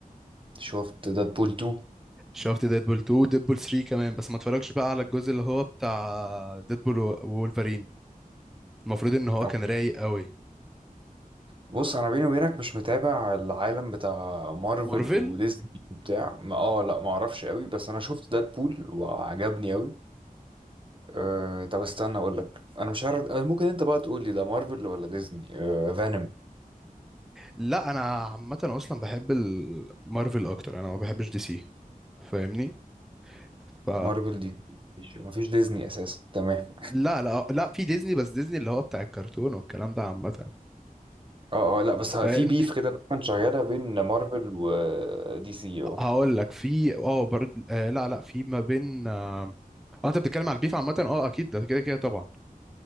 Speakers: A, on the right; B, in the centre.
A: شفت دادبول 2
B: شفت ديدبول 2 ديدبول 3 كمان بس ما اتفرجش بقى على الجزء اللي هو بتاع ديدبول و- وولفرين المفروض ان هو
A: اوكي
B: كان رايق قوي
A: بص انا بيني وبينك مش متابع العالم بتاع مارفل
B: مارفل
A: وديزني وبتاع ما- اه لا ما اعرفش قوي بس انا شفت دادبول وعجبني قوي أه طب استنى اقول لك انا مش عارف اه، ممكن انت بقى تقول لي ده مارفل ولا ديزني أه فانوم
B: لا انا عامه اصلا بحب ال- مارفل اكتر انا ما بحبش دي سي فاهمني ف
A: مارفل دي مفيش مفيش ديزني اساسا تمام
B: لا لا لا في ديزني بس ديزني اللي هو بتاع الكرتون والكلام ده عامه
A: اه اه لا بس في
B: لأن-
A: بيف كده دايما شغاله بين مارفل ودي سي اه
B: هقول لك في اه برد آه لا لا في ما بين آه آه، انت بتتكلم على البيف عامة اه اكيد ده كده كده طبعا